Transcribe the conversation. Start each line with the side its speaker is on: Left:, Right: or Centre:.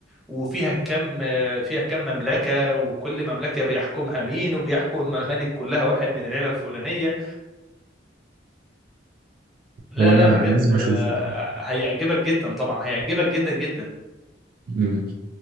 Centre: وفيها كم فيها كم مملكه وكل مملكه بيحكمها مين وبيحكم الممالك كلها واحد من العيله الفلانيه لا
Right: هو انا
Centre: لا بجد
Right: لازم
Centre: آه،
Right: اشوفه
Centre: آه، هيعجبك جدا طبعا هيعجبك جدا جدا
Right: امم